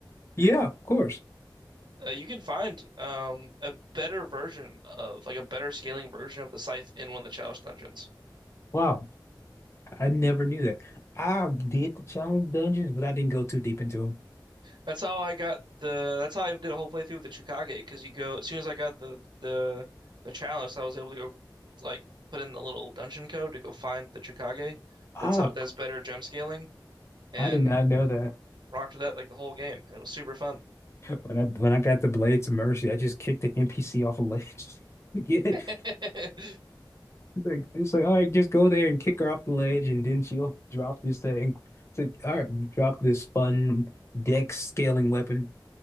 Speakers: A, on the left (about 35°); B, on the right (about 65°).
A: yeah, of course.
B: Uh, you can find um a better version of like a better scaling version of the scythe in one of the Chalice dungeons.
A: Wow, I never knew that. I did the challenge dungeons, but I didn't go too deep into them.
B: That's how I got the. That's how I did a whole playthrough with the Chukage because you go as soon as I got the the the Chalice, I was able to go like put in the little dungeon code to go find the Chukage.
A: Ah,
B: That's a that's better gem scaling and.
A: I did not know that.
B: rocked with that like the whole game. It was super fun.
A: When I when I got the Blades of Mercy, I just kicked the NPC off a ledge. <laughs> to Get it?
B: <laughs>
A: It's like it's like all right, just go there and kick her off the ledge, and then she'll drop this thing. It's like all right, drop this fun deck scaling weapon.